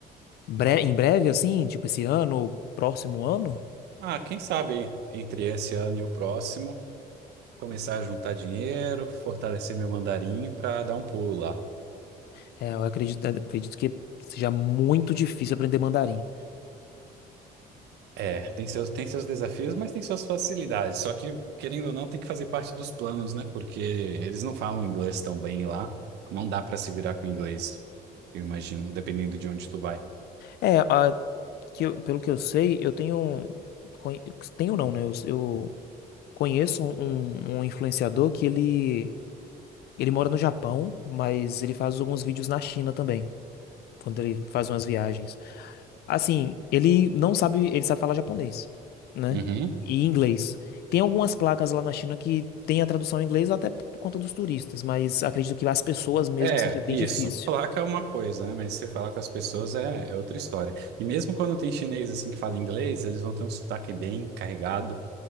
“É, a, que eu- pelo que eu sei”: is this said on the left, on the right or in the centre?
Left